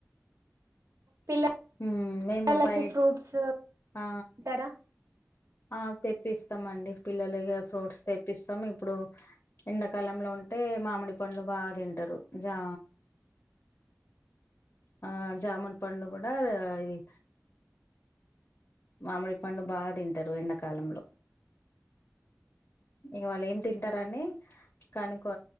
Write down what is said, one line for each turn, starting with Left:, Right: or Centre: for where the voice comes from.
Right: పిల్ల
Left: హ్మ్ మేము
Right: లకి
Left: బయ
Right: ఫ్రూట్స్
Left: ఆ
Right: తింటారా
Left: ఆ తెప్పిస్తామండి పిల్లలిగా ఫ్రూట్స్ తెప్పిస్తాం ఇప్పుడు ఎండాకాలంలో ఉంటే మామిడి పండ్లు బాగా తింటారు జా ఆ జామున్ పండు కూడా రా ఇది మామిడి పండు బాగా తింటారు ఎండాకాలంలో ఇగ వాళ్ళు ఏం తింటారని కనుకో